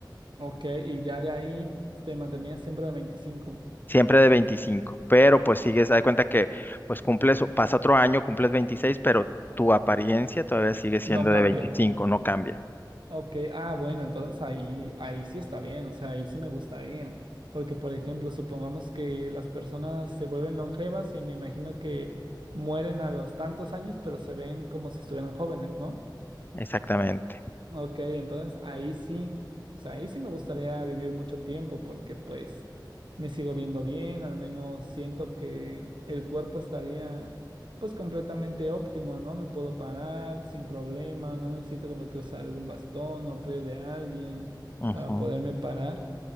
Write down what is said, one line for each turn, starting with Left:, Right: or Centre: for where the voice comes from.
Right: Ok, y ya de ahí te mantenías siempre de veinticinco
Left: Siempre de 25, pero pues sigues, haz de cuenta que pues cumples, pasa otro año, cumples 26, pero tu apariencia todavía sigue siendo
Right: No
Left: de
Right: cambia.
Left: 25, no cambia.
Right: Ok, ah, bueno, entonces ahí, ahí sí está bien, o sea, ahí sí me gustaría. Porque, por ejemplo, supongamos que las personas se vuelven longevas y me imagino que mueren a los tantos años, pero se ven como si estuvieran jóvenes, ¿no?
Left: Exactamente.
Right: Ok, entonces ahí sí, o sea, ahí sí me gustaría vivir mucho tiempo porque pues me sigo viendo bien, al menos siento que el cuerpo estaría pues completamente óptimo, ¿no? Me puedo parar sin problema, no necesito como que usar algún bastón o apoyo de alguien
Left: Ujú,
Right: para poderme parar.